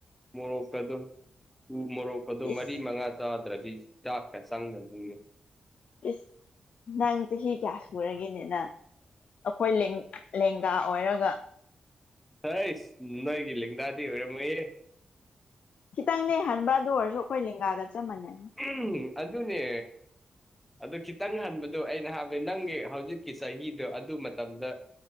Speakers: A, in the centre; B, on the left.
A: ꯃꯣꯔꯣꯛꯀꯗꯣ ꯎꯃꯣꯔꯣꯛ ꯑꯗꯨ
B: ꯏꯁ
A: ꯃꯔꯤ ꯃꯉꯥ ꯆꯥꯗ꯭ꯔꯗꯤ ꯆꯥꯛ ꯀ ꯆꯪꯗꯕꯅꯤꯅꯦ꯫
B: ꯏꯁ ꯅꯪ ꯆꯍꯤ ꯀꯌꯥ ꯁꯨꯔꯒꯦꯅꯦ ꯅꯪ ꯑꯈꯣꯏ ꯂꯦꯡ ꯂꯦꯡ ꯒꯥ ꯑꯣꯏꯔꯒ
A: ꯍꯣꯏꯁ ꯅꯣꯏꯒꯤ ꯂꯦꯡꯒꯥꯗꯤ ꯑꯣꯏꯔꯝꯃꯣꯏꯌꯦ
B: ꯈꯤꯇꯪꯅꯦ ꯍꯟꯕ ꯑꯗꯨ ꯑꯣꯏꯔꯁꯨ ꯑꯈꯣꯏ ꯂꯦꯡꯒꯥꯒ ꯆꯞ ꯃꯥꯟꯅꯩ꯫
A: ꯎꯝ ꯑꯗꯨꯅꯦ꯫ ꯑꯗꯨ ꯈꯤꯇꯪ ꯍꯟꯕꯗꯣ ꯑꯩꯅ ꯍꯥꯏꯕꯗꯤ ꯅꯪꯒꯤ ꯍꯧꯖꯤꯛꯀꯤ ꯆꯍꯤꯗꯣ ꯑꯗꯨ ꯃꯇꯝꯗ